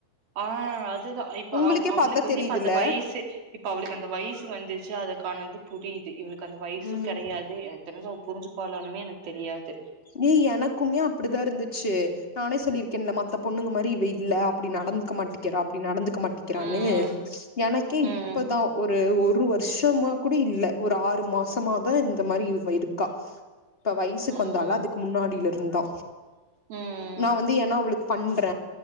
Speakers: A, on the right; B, on the left.
A: ஆ அதுதா இப்ப
B: உங்களுக்கே
A: அவ அவளுக்கு
B: பாத்தா
A: வந்து
B: தெரியுதுல்ல
A: இப்ப அந்த வயிசு இப்ப அவளுக்கு அந்த வயிசு வ ந்துச்சு அதுக்கான இது புரியுது இவுளு க்கு அந்த வயசு
B: ம்
A: கெடையாது எனக்கு தெரிஞ்சு அவ புரிஞ்சுப்பாளானுமே எனக்கு தெரியாது.
B: டி எனக்குமே அப்டிதா இருந்துச்சு. நானே சொல்லிருக்கேன்ல மத்த பொண்ணுங்க மாரி இவ இல்ல அப்டி நடந்துக்க மாட்டிங்கிறா அப்டி நடந்துக்க மாட்டிக்கிறான்னு
A: ம்
B: எனக்கே இப்பதா
A: ம்
B: ஒரு ஒரு ஒரு வருஷமா கூட இல்ல ஒரு ஆறு மாசமாதா இந்த மாரி இவ இருக்கா இப்ப வயசுக்கு
A: ம்
B: வந்தாளா மாடில இருந்தா
A: ம்
B: நா வந்து ஏன்னா அவளு பண்ற